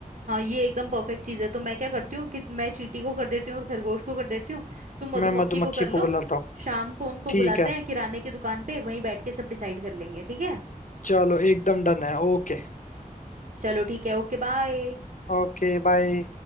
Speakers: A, on the right; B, on the left.
A: हाँ ये एकदम परफेक्ट चीज है तो मैं क्या करती हूँ कि मैं चींटी को कर देती हूँ और खरगोश को कर देती हूँ तुम मधुमक्खी
B: मैं मधुमक्खी
A: को कर
B: को
A: लो
B: बुलाता हूँ
A: शाम को उनको
B: ठीक
A: बुलाते
B: है
A: हैं किराने की दुकान पे वहीं बैठ के सब डिसाइड कर लेंगे ठीक है
B: चलो एकदम डन है ओके
A: चलो ठीक है ओके बाय
B: Okay bye